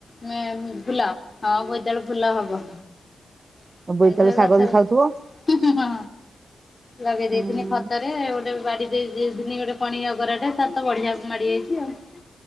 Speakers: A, on the left (about 30°); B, on the right (about 35°).
A: ମେଁ ଫୁଲ ହଁ, ବୋଇତାଳୁ ଫୁଲ ହବ। <unintelligible>
B: ବୋଇତାଳୁ
A: ଗଛ
B: ଶାଗ ବି
A: ହିଁ
B: ଖାଉଥିବ।
A: ହିଁ ହ, ଲଗେଇ
B: ହୁଁ।
A: ଦେଇେଇଥିନି ଖତରେ। ଗୋଟେ ବାଡି ଦେଇ ଦେଇ ଧିନି ଗୋଟେ ପଣିଆ ଗରାଟେ, ତା ତ ବଢିଆ ମାଡିଯାଇଛି ଆଉ।